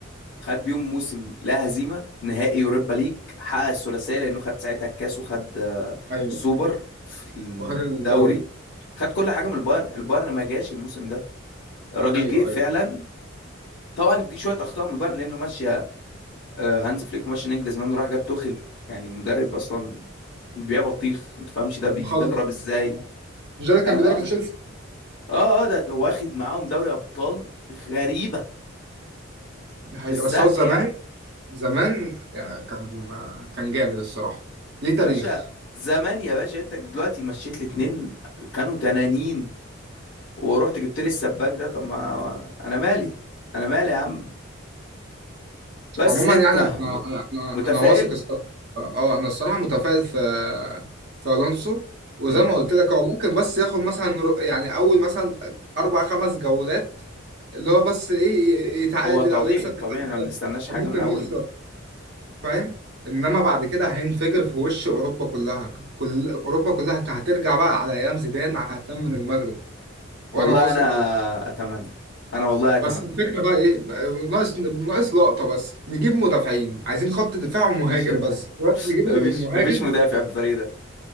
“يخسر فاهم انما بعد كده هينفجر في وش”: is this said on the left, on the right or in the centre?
Right